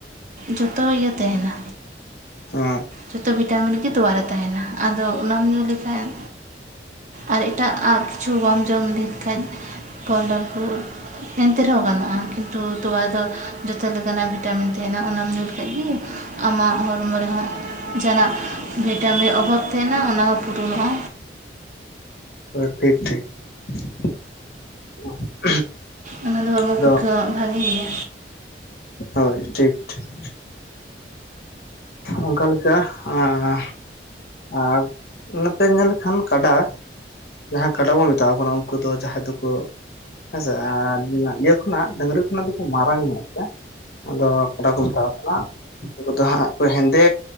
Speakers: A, on the right; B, on the left.
A: ᱡᱚᱛᱚ ᱤᱭᱟᱹ ᱛᱮᱦᱮᱸᱱᱟ᱾
B: ᱦᱩᱸ
A: ᱡᱚᱛᱚ ᱵᱷᱤᱴᱟᱢᱤᱱ ᱜᱤ ᱛᱳᱣᱟ ᱨᱮ ᱛᱟᱦᱮᱱᱟ ᱟᱫᱚ ᱚᱱᱟᱢ ᱧᱩ ᱞᱮᱠᱷᱟᱡ ᱟᱨ ᱮᱴᱟᱜ ᱟᱜ ᱠᱤᱪᱷᱩ ᱵᱟᱢ ᱡᱚᱢ <unintelligible> ᱠᱷᱟᱡ ᱯᱷᱚᱞᱰᱚᱞ ᱠᱩ ᱮᱱᱛᱮ ᱨᱮᱦᱚᱸ ᱜᱟᱱᱚᱜᱼᱟ ᱠᱤᱱᱛᱩ ᱛᱳᱣᱟ ᱫᱚ ᱡᱚᱛᱚ ᱞᱮᱠᱟᱱᱟᱜ ᱵᱷᱤᱴᱟᱢᱤᱱ ᱛᱮᱦᱮᱸᱱᱟ ᱚᱱᱟᱢ ᱧᱩ ᱞᱮᱠᱷᱟᱡ ᱜᱤ ᱟᱢᱟᱜ ᱦᱚᱨᱢᱚ ᱨᱮᱦᱚᱸ ᱡᱟᱦᱟᱱᱟᱜ ᱵᱷᱤᱴᱟᱢᱤᱨ ᱚᱵᱷᱟᱵᱽ ᱮᱟᱦᱮᱱᱟ ᱚᱱᱟ ᱦᱚᱸ ᱯᱩᱨᱩᱱᱚᱜᱼᱟ᱾
B: <unintelligible> ᱴᱷᱤᱠ ᱴᱷᱤᱠ᱾ <unintelligible>
A: ᱚᱱᱟ ᱫᱚ ᱦᱟᱸᱜ ᱦᱚᱲᱢᱚ
B: ᱟᱫᱚ
A: ᱯᱚᱠᱠᱷᱮ ᱦᱚᱸ ᱵᱷᱟᱜᱤ ᱜᱤᱭᱟ᱾
B: ᱦᱳᱭ ᱴᱷᱤᱠ ᱴᱷᱤᱠ᱾ ᱚᱱᱠᱟ ᱞᱮᱠᱟ <unintelligible> ᱟᱨ ᱱᱟᱛᱮ ᱧᱮᱞ ᱞᱮᱠᱷᱟᱱ ᱠᱟᱰᱟ ᱡᱟᱦᱟᱸᱭ ᱠᱟᱰᱟ ᱵᱚᱱ ᱢᱮᱛᱟᱣ ᱟᱠᱚ ᱠᱟᱱᱟ ᱩᱱᱠᱩ ᱫᱚ ᱡᱟᱦᱟᱸᱭ ᱫᱚᱠᱚ ᱦᱮᱸᱥᱮ ᱟᱨ ᱤᱭᱟᱹ ᱠᱷᱚᱱᱟᱜ ᱰᱟᱹᱝᱨᱤ ᱠᱷᱚᱱᱟᱜ ᱫᱚᱠᱚ ᱢᱟᱨᱟᱝ ᱧᱚᱜ ᱜᱤᱭᱟ ᱟᱫᱚ ᱠᱟᱰᱟ ᱠᱚ ᱢᱮᱛᱟᱣᱟᱠᱟᱱᱟ ᱩᱱᱠᱩ ᱠᱚᱫᱚ ᱦᱟᱸᱜ ᱠᱚ ᱦᱮᱸᱫᱮ